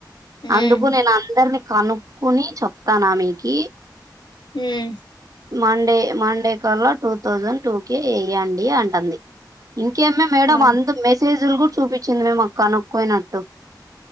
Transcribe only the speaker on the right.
అందుకు
నేను అందరిని కనుక్కొని చెప్తాను ఆమెకి
మండే మండే కళ్ళ టూ థౌజండ్ టూ కే వేయండి అంటుంది ఇంకేం మే మేడం
అంత మెసేజ్ జులు కూడా చూపించింది మే కనుక్కోయినట్టు